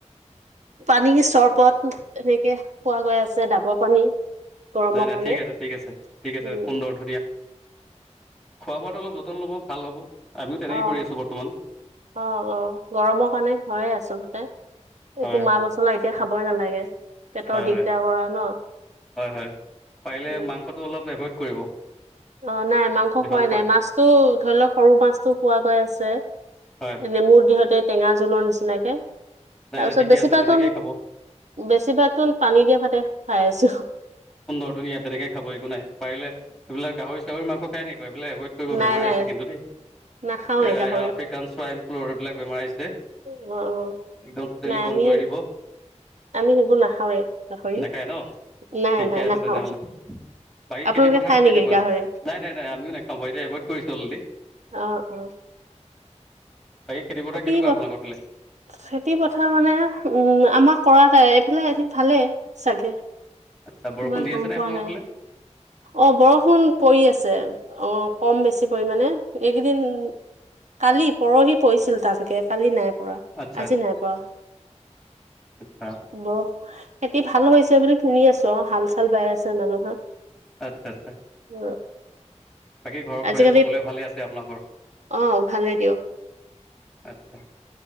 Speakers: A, on the right; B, in the centre.
A: পানী চৰবত এনেকে খোৱা গৈ আছে ডাবৰ পানী গৰমৰ
B: নাই নাই
A: কাৰণে
B: ঠিক আছে ঠিক আছে ঠিক আছে
A: উম
B: সুন্দৰ ধুনীয়া খোৱা বোৱটো অলপ যতন ল'ব ভাল হ'ব আমিও তেনেকে
A: অহ
B: কৰি আছোঁ বৰ্তমান
A: অ অ গৰমৰ কাৰণে হয়েই আচলতে
B: হয়
A: একো মা মছলা এতিয়া খাবই নালাগে। পেটৰ
B: হয়
A: দিগদাৰ
B: হয়
A: কৰা ন
B: হয় হয় পাৰিলে
A: উ
B: মাংসটো অলপ এভইড কৰিব
A: অ নাই মাংস
B: যিমান
A: খোৱাই
B: পাৰে
A: নাই মাছটো ধৰি লওক সৰু মাছটো খোৱা গৈ আছে।
B: হয়
A: এনে মোৰ দেহতে টেঙা জোলৰ নিচিনাকে।
B: নাই
A: তাৰ
B: নাই
A: পিছত
B: ঠিকে
A: বেছিভাগ
B: আছে তেনেকেই খাব
A: বেছিভাগ পানী দিয়া ভাতে খাই আছো।
B: সুন্দৰ ধুনীয়া তেনেকে খাব একো নাই পাৰিলে এইবিলাক গাহৰি চাহৰি মাংস খাই নেকি। গৈ পেলাই এভইড কৰিব
A: নাই
B: বেমাৰ
A: নাই
B: আহিছে কিন্তু দেই। এ
A: নাখাওৱে গাহৰি
B: আফ্ৰিকান চোৱাইন ফ্লু এইবিলাক বেমাৰ আহিছে।
A: অ অ
B: একদম তেলি
A: নাই
B: বন্ধ
A: আমি
B: কৰি দিব।
A: আমি সেইবোৰ নাখাওৱে গাহৰি
B: নাখায় ন
A: নাই।
B: ঠিকে
A: নাই
B: আছে
A: নাখাওঁ
B: তেনেহ'লে। বাকী
A: আপোনালোকে
B: খেতি পথাৰ
A: খাই
B: কেনেকোৱা
A: নেকি গাহৰি
B: নাই নাই নাই আমিও নাখাওঁ বাৰু এতিয়া এভইড কৰিছো অলৰেদি
A: অ অ
B: বাকী পথাৰ
A: খেতি
B: কেনেকুৱা
A: প
B: আপোনালোকৰ ফালে
A: খেতি পথাৰ মানে উম আমাক কৰা নাই এইফালে এ ভালেই চাগে।
B: আচ্ছা বৰষুণ
A: ইমান
B: দি
A: গম
B: আছে নে
A: পোৱা
B: আপোনালোকৰ
A: নাই
B: ফালে?
A: অ বৰষুণ পৰি আছে অ কম বেছি পৰিমাণে এইকেইদিন কালি পৰহি পৰিছিল টানকে কালি নাই পৰা
B: আচ্ছা
A: আজি
B: আচ্ছা
A: নাই পৰা
B: আচ্ছা
A: ব খেতি ভাল হৈছে বুলি শুনি আছো আৰু হাল চাল বাই আছে মানুহৰ
B: আচ্ছা আচ্ছা
A: উ
B: বাকী ঘৰৰ
A: আজিকালি
B: পৰিয়াল সকলোৱে ভালে আছে আপোনালোকৰ?
A: অ ভালেই দিয়ক
B: আচ্ছা